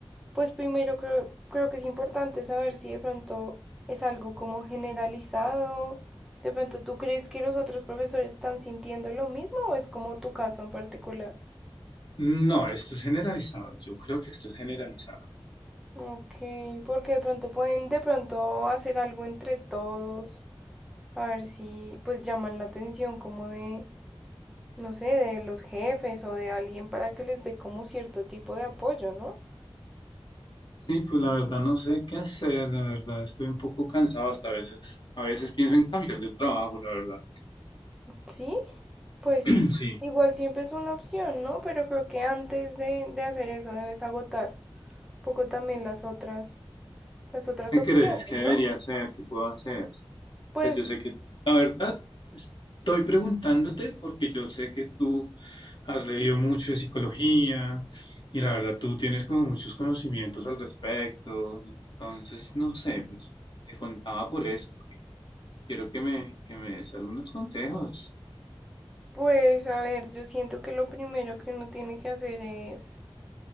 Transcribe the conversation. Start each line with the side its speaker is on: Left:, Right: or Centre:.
Centre: Pues primero creo, creo que es importante saber si de pronto es algo como generalizado. De pronto, ¿tú crees que los otros profesores están sintiendo lo mismo o es como tu caso en particular?
Left: No, esto es generalizado, yo creo que esto es generalizado.
Centre: Ok, porque de pronto pueden de pronto hacer algo entre todos, a ver si pues llaman la atención como de, no sé, de los jefes o de alguien para que les dé como cierto tipo de apoyo, ¿no?
Left: Sí, pues la verdad no sé qué hacer, la verdad estoy un poco cansado hasta a veces. A veces pienso en cambiar de trabajo, la verdad.
Centre: Sí, pues
Left: <clears throat> Sí.
Centre: igual siempre es una opción, ¿no? Pero creo que antes de, de hacer eso debes agotar un poco también las otras, las otras
Left: ¿Qué
Centre: opciones,
Left: crees que
Centre: ¿no?
Left: debería hacer? ¿Qué puedo hacer?
Centre: Pues,
Left: sea, yo sé que la verdad estoy preguntándote porque yo sé que tú has leído mucho de psicología y la verdad tú tienes como muchos conocimientos al respecto. Entonces, no sé, pues te contaba por eso, porque quiero que me, que me des algunos consejos.
Centre: pues, a ver, yo siento que lo primero que uno tiene que hacer es